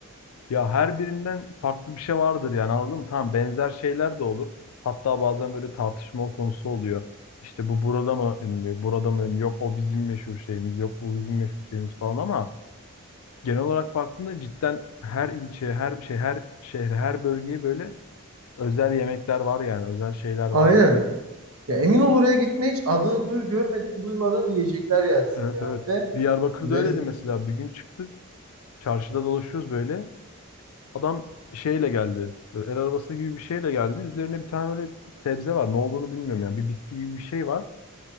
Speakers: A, on the left; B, on the right.
A: Ya her birinden farklı bir şey vardır yani anladın mı? Tamam benzer şeyler de olur. Hatta bazen böyle tartışma konusu oluyor. İşte bu burada mı ünlü, burada mı ünlü, yok o bizim meşhur şeyimiz, yok bu bizim meşhur şeyimiz falan ama genel olarak baktığında cidden her ilçeye, her şey, her şehre, her bölgeye böyle özel yemekler var yani özel şeyler var.
B: Aynen. Ya emin ol oraya gitme hiç adını duy görmedin duymadan yiyecekler yersin
A: Evet
B: yani
A: evet.
B: ve
A: Diyarbakır'da
B: lez-
A: öyleydi mesela bir gün çıktık çarşıda dolaşıyoruz böyle. Adam şeyle geldi. Böyle el arabası gibi bir şeyle geldi. Üzerine bir tane böyle sebze var. Ne olduğunu bilmiyorum yani. Bir bitki gibi bir şey var.